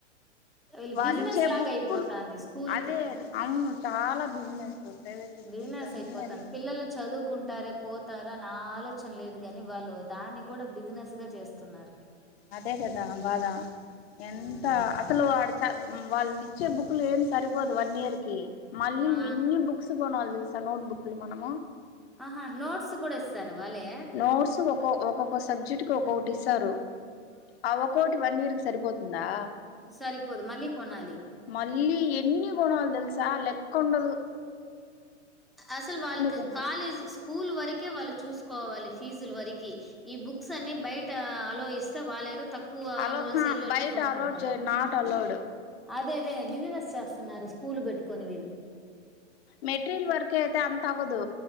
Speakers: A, in the centre; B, on the left.
A: వీళ్ళు
B: వాళ్ళు
A: బిజినెస్
B: ఇచ్చే
A: లాగా
B: బుక్కులు
A: అయిపోతాంది స్కూల్
B: అదే
A: కి
B: అవును చాలా బిజినెస్ ప్రైవేట్ స్కూల్స్
A: బిగినర్స్
B: అన్నీ
A: అయిపోతారు
B: అదే
A: పిల్లలు చదువుకుంటారే పోతారు అని ఆ ఆలోచన లేదు కాని వాళ్ళు దాన్ని కూడా బిజినెస్ గా చేస్తున్నారు
B: అదే కదా బాధ ఎంత
A: ఉమ్
B: అసలు <inaudible> వాళ్ళు ఇచ్చే బుక్లు ఏం సరిపోదు వన్ ఇయర్ కి మళ్ళీ
A: ఆ
B: ఎన్ని బుక్స్ <unintelligible> నోట్ బుక్లు మనము
A: అహ నోట్స్ కూడా ఇస్తారు వాళ్ళే
B: నోట్స్ ఒకొ ఒక్కొక్క సబ్జెక్ట్ కి ఒక్కొక్కటి ఇస్తారు ఆ ఒ క్కోటి వన్ ఇయర్ కి సరిపోతుందా
A: సరిపోదు మళ్ళీ కొనాలి
B: మళ్ళీ ఎన్ని కొనాలి తెలుసా లెక్కుండదు
A: అసలు వాళ్ళకి
B: కొనాలి
A: కాలేజీ స్కూల్ వరకే వాళ్ళు చూసుకోవాలి ఫీజు వరకి ఈ బుక్స్ అన్ని బయట అలో ఇస్తే వాళ్ళేదో తక్ క్కువ
B: అలో
A: హోల్సేల్లో
B: హా
A: ఎటో
B: బయట
A: కొనుకుంటారు
B: అలౌడ్ చేయరు నాట్ అలౌడ్
A: అదే అదే బిజినెస్ చేస్తున్నారు స్కూల్ పెట్టుకొని వీళ్ళు
B: మెట్రీల్ వర్క్ అయితే అంత అవదు